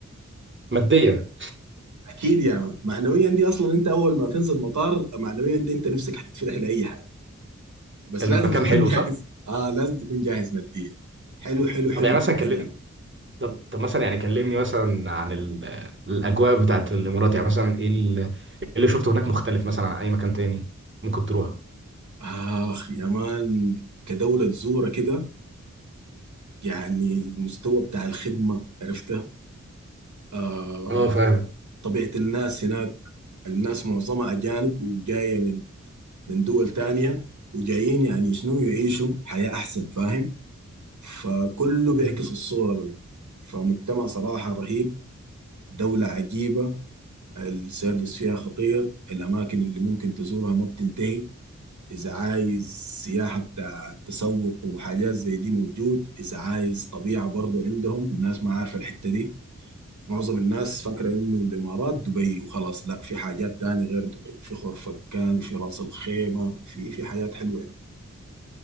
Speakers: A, on the right; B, on the right.
A: ماديا
B: أكيد يا مان معنويا دي أصلا أنت أول ما تنزل مطار معنويا دي أنت نفسك هتتفتح لأي حاجة
A: <laughs>
B: بس
A: المكان
B: لازم تكون
A: حلو
B: <laughs> جاهز
A: صح
B: آه لازم تكون جاهز ماديا حلو حلو حلو
A: طب يعني
B: جدا
A: مثلا كلمني
B: يا مان
A: طب طب مثلا يعني كلمني مثلا عن ال- الاجواء بتاعت الامارات يعني مثلا ايه ال- إيه اللي شفته هناك مختلف مثلا عن اي مكان تاني ممكن تروح
B: آخ يا مان كدولة تزورها كده يعني المستوى بتاع الخدمة عرفتها آه،
A: اه فاهم
B: طبيعة الناس هناك الناس معظمها أجانب وجاية من من دول تانية وجايين يعني شنو يعيشوا حياة أحسن فاهم فكله بيعكس
A: مم.
B: الصورة دي فمجتمع صراحة رهيب دولة عجيبة السيرفيس فيها خطير الأماكن اللي ممكن تزورها ما بتنتهي إذا عايز سياحة بتاع تسوق وحاجات زي دي موجود إذا عايز طبيعة برضو عندهم الناس ما عارفة الحتة دي معظم الناس فاكرة إنه الإمارات دبي وخلاص لا في حاجات تاني غير دبي في خرفكان في راس الخيمة في في حاجات حلوة يعني.